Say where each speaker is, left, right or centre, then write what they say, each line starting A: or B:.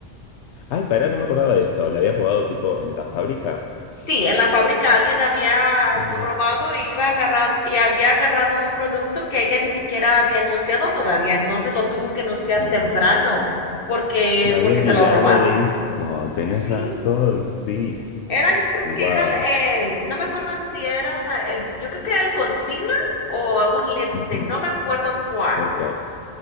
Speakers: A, on the left; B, on the left.
A: Ay, pará, no me acordaba de eso. ¿Le habían robado tipo en la fábrica?
B: Sí, en la fábrica alguien había
A: Ah,
B: robado y iba agarrado, y había agarrado un producto que ella ni siquiera había anunciado todavía, entonces lo tuvo que anunciar
A: wow.
B: temprano porque,
A: Me había
B: porque
A: olvidado
B: se lo robaron.
A: de eso. Tenés
B: Sí.
A: razón, sí.
B: Era, yo creo
A: Wow.
B: que era el, el- no me acuerdo si era el, yo creo que era el concealer o un lipstick,
A: Ujú,
B: no me acuerdo cuál.
A: Ok,